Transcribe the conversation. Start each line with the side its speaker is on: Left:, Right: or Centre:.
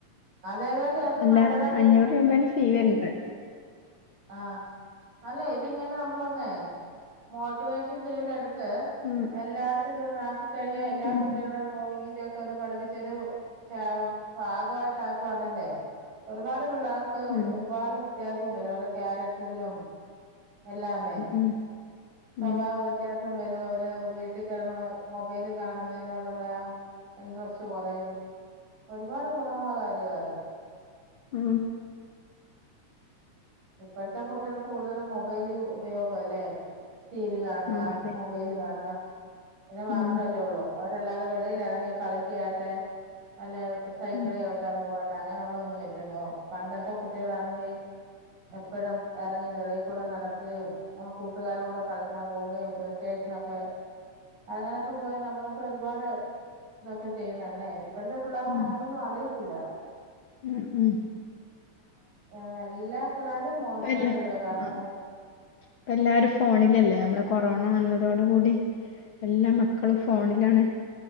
Right: അതേതായാലും അത്
Left: അല്ലാ
Right: നല്ലതായിട്ട്
Left: അഞ്ഞൂറ് രൂപയാണ് ഫീ വരണത്
Right: ആ അല്ല ഇത് ഇങ്ങനെ നമ്മളൊന്നേ <unintelligible> ചെയ്തെടുത്ത് <unintelligible>
Left: ഉം
Right: എല്ലായിടത്തും ഇതൊന്ന് ആക്കി കഴിയാ എല്ലാ
Left: ഉം
Right: കുട്ടികളും ഡ്രോയിങ്ങിന്റെ ഒ പഠിപ്പിച്ചൊരു ഭാ ഭാഗമായിട്ട് ആക്കുവാണേലെ ഒരുപാട് പിള്ളേർക്ക്
Left: ഉം
Right: ഒരുപാട് <unintelligible> ക്യാരക്ടറിലും എല്ലാമേ
Left: ഉം
Right: സ്വഭാവമൊക്കെ
Left: ഉം
Right: <unintelligible> വരും അവര് വീട്ടിൽ കിടന്ന് മൊബൈൽ കാണുന്നതിനോടുള്ള ആ ഇൻട്രസ്റ്റ് കുറയും ഒരുപാട് ഗുണമുള്ള കാര്യമാ അത്
Left: ആ
Right: ഇപ്പഴത്തെ കുട്ടികള് കൂടുതൽ മൊബൈല് ഉപയോഗം അല്ലേ ടി വി കാണുക
Left: ആ അതെ
Right: മൊബൈല് കാണുക അതിനു മാത്രമല്ലേ
Left: ഉം ഉം
Right: ഉള്ളൂ അല്ലാതെ വെളിയിലിറങ്ങി കളിയ്ക്കുവാട്ടെ അല്ലെ സൈക്കള്
Left: ഉം
Right: ചവിട്ടാൻ പോവാ അങ്ങനെയുള്ള ഒന്നും ഇല്ലല്ലോ പണ്ടത്തെ കുട്ടികളാണെങ്കി എപ്പഴും ഇറങ്ങി വെളിയിൽ കൂടി നട ഉം കൂട്ടുകാരുടെ കൂടെ കളിക്കാൻ പോവുകയും വെക്കേഷനൊക്കെ അങ്ങനൊക്കെ പോയി നമ്മളൊക്കെ ഒരുപാട് ഇതൊക്കെ ചെയ്യുന്നെ അല്ലേ ഇപ്പോഴത്തെ പിള്ളേർക്ക്
Left: ഉം
Right: അങ്ങനെയൊന്നും അറിയത്തില്ല
Left: ഉം ഉം
Right: ആ എല്ലാ പിള്ളേരും മോശമായിട്ട്
Left: ഇപ്പ എല്ലാ
Right: വരുവാ കാരണം
Left: ആ ഇപ്പ എല്ലാരും ഫോണിലല്ലേ നമ്മള് കൊറോണ വന്നത് അതോടുകൂടി എല്ലാ മക്കളും ഫോണിലാണ്